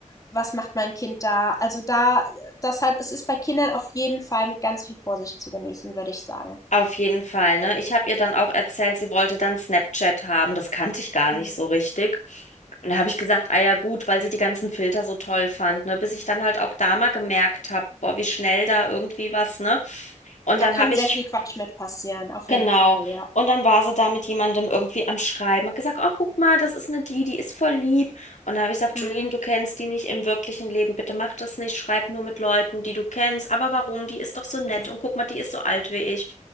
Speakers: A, on the left (about 25°); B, on the left (about 65°).
A: Was macht mein Kind da? Also da, deshalb, es ist bei Kindern auf jeden Fall mit ganz viel Vorsicht zu genießen, würde ich sagen.
B: Auf jeden Fall, ne? Ich habe ihr dann auch erzählt, sie wollte dann Snapchat haben. Das kannte ich gar
A: Hm.
B: nicht so richtig. Und da habe ich gesagt, ah ja gut, weil sie die ganzen Filter so toll fand, ne? Bis ich dann halt auch da mal gemerkt habe, boah, wie schnell da irgendwie was, ne? Und
A: Da
B: dann
A: kann
B: habe
A: sehr
B: ich
A: viel Quatsch mit passieren, auf
B: Genau.
A: jeden Fall, ja.
B: Und dann war sie da mit jemandem irgendwie am Schreiben und gesagt, oh, guck mal, das ist eine die, die ist voll lieb. Und da habe ich gesagt,
A: Mhm.
B: Jolene, du kennst die nicht im wirklichen Leben, bitte mach das nicht, schreib nur mit Leuten, die du kennst. Aber warum? Die ist doch so nett
A: Mhm.
B: und guck mal, die ist so alt wie ich.